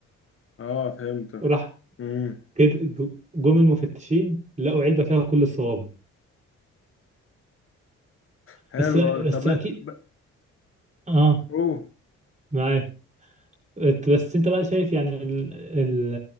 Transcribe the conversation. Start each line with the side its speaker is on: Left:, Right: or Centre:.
Left: اه فهمت
Right: راح
Left: امم
Right: كده جو- جم المفتشين لقوا علبة فيها كل الصوابع
Left: حلو
Right: بس بس
Left: طب
Right: أكيد
Left: إيه- ب...
Right: آه
Left: اوه
Right: معاك إت- بس انت بقى شايف يعني ال... ال...